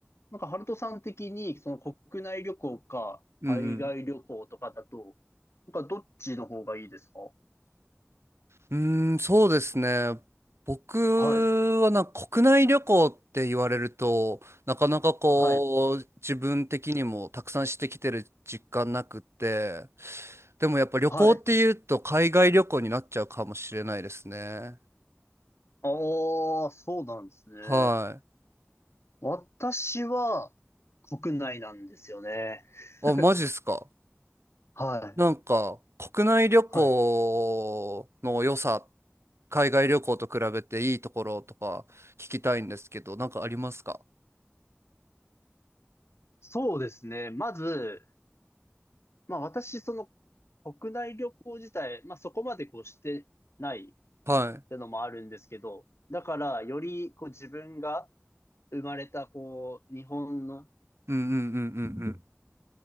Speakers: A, on the left; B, on the right.
A: なんかハルトさん的にその国内旅行か海外旅行とかだと、
B: うん
A: なんかどっちの方がいいですか
B: うん。うーん、そうですね。僕はなんか国内旅行って言われると、
A: はい。
B: なかなかこう、
A: はい。
B: 自分的にもたくさんしてきてる実感なくって、でもやっぱ旅行っていうと海外旅行になっちゃうかもしれないですね。
A: はい。ああ、そうなんですね。
B: はい。
A: 私は国内なんですよね。
B: あ、
A: <laughs>
B: マジっすか。
A: はい。
B: なんか国内旅行の良さ
A: はい。
B: 海外旅行と比べていいところとか聞きたいんですけど、なんかありますか
A: そうですね。まず、まあ私、その国内旅行自体、まあそこまでこうしてないっ
B: はい。
A: てのもあるんですけど、だからよりこう自分が生まれたこう日本の
B: うんうんうんうんうん。